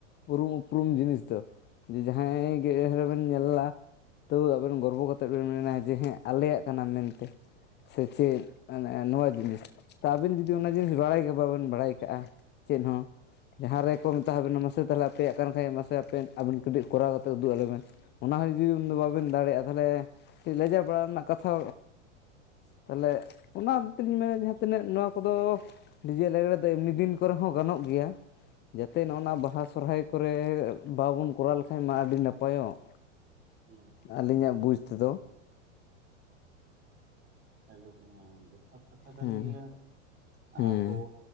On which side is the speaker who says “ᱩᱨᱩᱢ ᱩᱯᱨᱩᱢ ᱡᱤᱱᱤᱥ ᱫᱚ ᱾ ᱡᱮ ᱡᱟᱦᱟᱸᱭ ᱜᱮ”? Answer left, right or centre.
Left